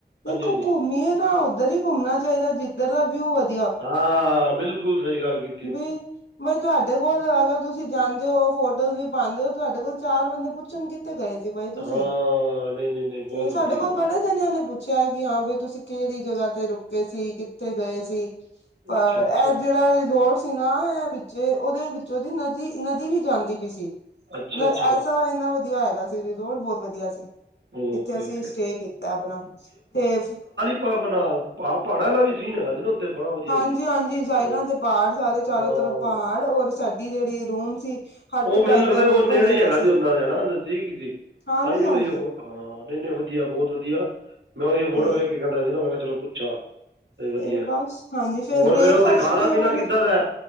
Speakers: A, on the right; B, on the left.
A: ਹਾਂਜੀ
B: ਦੇਖੋ
A: ਹਾਂਜੀ
B: ਕੋਈ ਨਈ ਨਾ ਉੱਧਰ ਹੀ ਘੁੰਮਣਾ ਚਾਹੀਦਾ। ਜਿੱਧਰ ਦਾ ਵਿਊ ਵਧੀਆ
A: ਹਾਂ। ਬਿਲਕੁਲ ਸਹੀ ਗੱਲ ਕੀ
B: ਨੀ ਤੁਹਾਡੇ ਕੋਲ ਅਗਰ ਤੁਸੀਂ ਜਾਂਦੇ ਹੋ। ਫੋਟੋਜ਼ ਵੀ ਪਾਉਂਦੇ ਹੋ। ਤੁਹਾਡੇ ਕੋਲ ਚਾਰ ਬੰਦੇ ਪੁੱਛਣਗੇ। ਕਿੱਥੇ ਗਏ ਸੀ ਬਾਈ ਤੁਸੀਂ,
A: ਹਾਂ ਨਹੀਂ ਨਹੀਂ ਨਹੀਂ
B: ਤੇ
A: ਬਹੁਤ
B: ਸਾਡੇ
A: ਵੱਡੀ
B: ਕੋਲ
A: ਗੱਲ
B: ਬੜੇ ਕਈਆ ਨੇ ਪੁੱਛਿਆ ਕਿ, ਹਾਂ ਬਈ ਤੁਸੀਂ ਕਿਹੜੀ ਜਗ੍ਹਾ ਤੇ ਰੁਕੇ ਸੀ। ਕਿੱਥੇ ਗਏ ਸੀ। ਪਰ,
A: ਅੱਛਾ ਅੱਛਾ
B: ਇਹ ਜਿਹੜਾ ਰੋਜੋਰਟਸ ਸੀ ਨਾ ਵਿੱਚ, ਉਹਦੇ ਵਿੱਚ ਉਹਦੀ ਨਦੀ- ਨਦੀ ਵੀ ਜਾਂਦੀ ਪਈ ਸੀ।
A: ਅੱਛਾ
B: ਮਤਲਬ
A: ਅੱਛਾ
B: ਐਸਾ ਹੈਨਾ। ਇੰਨਾ ਵਧੀਆ ਹੈਗਾ ਸੀ। ਵੀਰ ਜੀ, ਰਿਜ਼ੋਰਟ ਬਹੁਤ ਵਧੀਆ ਸੀ।
A: ਓਕੇ
B: ਇੱਥੇ ਅਸੀਂ
A: ਓਕੇ
B: ਸਟੇ ਕੀਤਾ ਆਪਣਾ। ਤੇ
A: ਟਾਈਮ ਕਿੰਨਾ ਲਾਈ, ਨਾਲ ਪਹਾੜਾਂ ਵਾਲਾ ਵੀ ਸੀਨ ਹੈਗਾ ਸੀ ਨਾ। ਬੜਾ ਵਧੀਆ
B: ਹਾਂਜੀ
A: ਸੀ
B: ਹਾਂਜੀ। ਸਾਈਡਾਂ
A: ਉਹਦੇ
B: ਤੇ ਪਹਾੜ, ਸਾਰੇ
A: ਹਾਂ
B: ਚਾਰੋ ਤਰਫ ਪਹਾੜ, ਔਰ ਸਾਡੀ ਜਿਹੜੀ ਰੂਮ ਸੀ। ਹੱਟ
A: ਉਹ ਮੈਨੂੰ
B: ਟਾਈਪ
A: ਲੱਗਦਾ
B: ਦਾ ਰੂਪ
A: ਉਹ ਨੇੜੇ
B: ਬਣਿਆ
A: ਹੀ
B: ਦਾ
A: ਹੈਗਾ ਸੀ। ਉਹਨਾਂ ਦੇ ਨਜ਼ਦੀਕ ਹੀ ਸੀ।
B: ਹਾਂਜੀ-ਹਾਂਜੀ
A: ਤਾਂ ਹੀ ਉਹ ਹਾਂ। ਨਹੀਂ -ਨਹੀਂ ਵਧੀਆ ਬਹੁਤ ਵਧੀਆ, ਮੈਂ ਉਹੀ
B: ਤੇ
A: ਫੋਟੋ ਵੇਖ ਕੇ ਕਹਿੰਦਾ ਸੀ, ਨਾ ਮੈਂ ਕਿਹਾ ਚਲੋ ਪੁੱਛਾਂ। ਹੋਰ ਵਧੀਆ।
B: ਫੇਰ ਬਸ ਹਾਂਜੀ
A: ਹੋਰ
B: ਬ੍ਰੇਕਫਾਸਟ
A: ਫੇਰ ਓਦੇ ਖਾਣਾ
B: ਵੀ ਉਹਨਾਂ
A: ਪੀਣਾ
B: ਨੇ
A: ਕਿੱਦਾਂ ਦਾ ਐ।